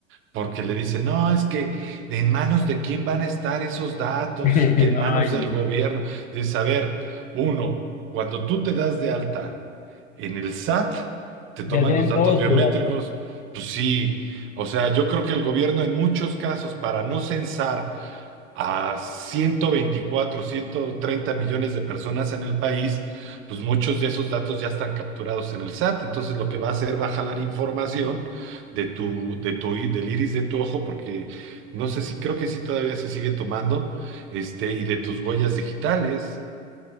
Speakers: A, on the right; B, on the left.
A: porque le dicen, no, es que en manos de quién van a estar esos datos
B: <laughs>
A: y que en manos
B: Ay,
A: del
B: no.
A: gobierno. Dices, a ver, uno, cuando tú te das de alta en el SAT, te toman
B: Ya tienen
A: los datos
B: todos
A: biométricos,
B: tus datos.
A: pues sí, o sea, yo creo que el gobierno en muchos casos, para no censar a ciento veinticuatro ciento treinta millones de personas en el país, pues muchos de esos datos ya están capturados en el SAT. Entonces lo que va a hacer va a jalar información de tu, de tu, i- del iris de tu ojo, porque no sé si, creo que sí todavía se sigue tomando, este, y de tus huellas digitales.